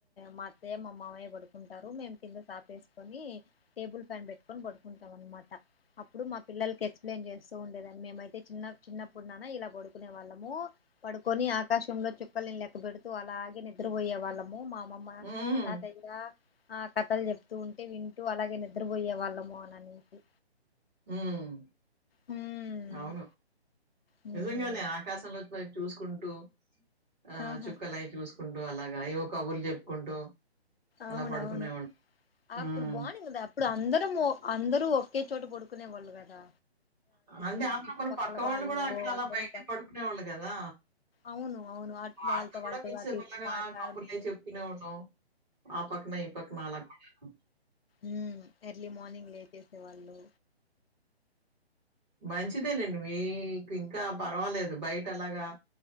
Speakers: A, on the left; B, on the right.
A: మా అత్తయ్య మా మామయ్య పడుకుంటారు. మేము కింద సాప ఏసుకొనీ టేబుల్ ఫ్యాన్ పెట్టుకొని పడుకుంటాం అనమాట. అప్పుడు మా పిల్లలకి ఎక్స్ప్లెయిన్ చేస్తూ ఉండేదాన్ని మేమైతే చిన్న చిన్నప్పుడున్నానా ఇలా పడుకునే వాళ్ళమూ. పడుకొని ఆకాశంలో చుక్కల్ని లెక్కబెడుతూ అలాగే నిద్రపోయే వాళ్ళమూ. అమ్మమా
B: హ్మ్.
A: తాతయ్యా ఆ కథలు చెప్తూ ఉంటే వింటూ అలాగే నిద్రపోయ్యే వాళ్ళము అని అనేసి.
B: ఉమ్
A: ఉమ్
B: అవును
A: ఉమ్
B: నిజంగానే ఆకాశం వైపు చూసుకుంటూ ఆ
A: ఆహా
B: చుక్కలయి చ్యూస్ చెప్పుకుంటూ అలాగ ఏవో కబుర్లు చెప్పుకుంటూ అలా
A: అవునవును
B: పడుకునేవాళ్ళు. హ్మ్.
A: అప్పుడు బాగుంది. కదా అప్పుడు అందరం అందరూ ఒకే చోట పడుకున్ కునే వాళ్ళు కదా.
B: అంటే
A: ఈ
B: అప్పుడు
A: చుట్టుపక్కల
B: మన పక్క వాళ్ళు కూడా అక్కడ అలా
A: అందరూ
B: బయట పడుకునే వాళ్ళు కదా.
A: అవును అవును
B: వాళ్ళతో కూడా కోన్సే
A: అటు
B: ప్
A: ఇటు
B: ఆలగా
A: మాట్లాడుతూ
B: కబుర్ల చెప్పుకునేవాళ్ళం. ఆ పక్న ఈ పక్న అలా ఉహ్
A: ఉహ్మ్ ఎర్లీ మార్నింగ్ లేచేసేవాళ్ళు.
B: మంచిదే లేండి మీకు ఇంకా పర్వాలేదు. బయట అలాగా